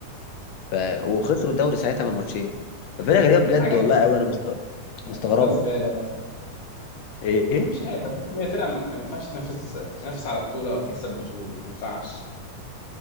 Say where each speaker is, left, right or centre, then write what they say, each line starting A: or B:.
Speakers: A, on the left; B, on the left.
A: ف... وخسروا الدوري ساعتها من الماتشين ففرقه غريبه بجد
B: عجب
A: والله قوي انا مست... مستغربها
B: زي زباله
A: ايه
B: مش عارف هي فرقه ما ينفعش تنافس تنافس على بطوله او تكسب بطوله ما ينفعش